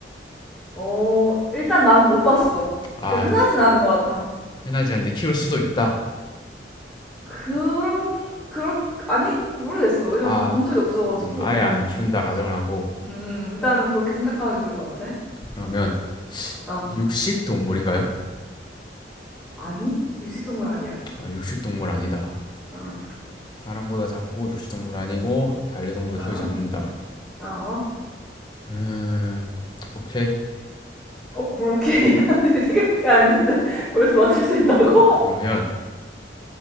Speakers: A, in the centre; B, on the left.
A: 어, 일단 나는 못 봤어.
B: 아,
A: 그러니까 흔하진 않은 것 같아.
B: 흔하지 않은데 키울 수도 있다.
A: 그런, 그렇, 아닌, 모르겠어. 왜냐면
B: 아,
A: 본 적이 없어가지고.
B: 음, 아예
A: 음,
B: 안 키운다 가정을 하고
A: 음, 일단은 그렇게 생각하는 게 좋을 것 같아.
B: 그러면
A: 어,
B: 육식 동물인가요?
A: 아니? 육식동물 아니야.
B: 아, 육식 동물 아니다.
A: 어,
B: 사람보다 작고 육식 동물 아니고 반려동물로
A: 어,
B: 키우지 않는다.
A: 어.
B: 음, 오케이.
A: 어, 뭘 오케이 하는 생각밖에 <laughs> 안 했는데 벌써 맞출 수 있다고? <laughs>
B: 그러면